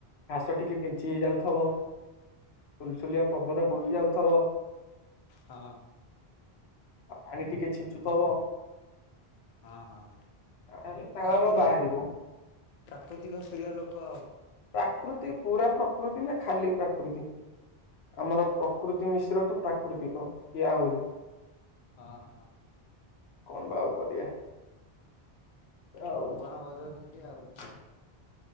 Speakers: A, on the left (about 80°); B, on the left (about 50°).
A: ଘାସ ଟିକେ କେଞ୍ଚି ହେଇଯାଉଥିବ। ସୁଲସୁଲିଆ ପବନ ବହି ଯାଉଥିବ।
B: ହଁ।
A: ଆଉ ପାଣି ଟିକେ ଛିଞ୍ଚୁ ଥବ
B: ହଁ ହଁ
A: ଆରେ ଘରୁ
B: ପ୍ରାକୃତିକ
A: ବାହାରିବୁ।
B: ପ୍ରାକୃତିକ ପ୍ରିୟ ଲୋକ ଆଉ
A: ପ୍ରାକୃତି ପୁରା ପ୍ରକୃତି ନା ଖାଲି ପ୍ରାକୃତି ଆମର ପ୍ରକୃତି ମିଶ୍ରଠୁ ପ୍ରାକୃତିକ ଇଏ ଆହୁଲି
B: ହଁ ହିଁ
A: କଣ ବା ଆଉ କରିବା ଆଉ
B: ପବନ ବଜଉଛନ୍ତି ଆଉ।
A: <unintelligible>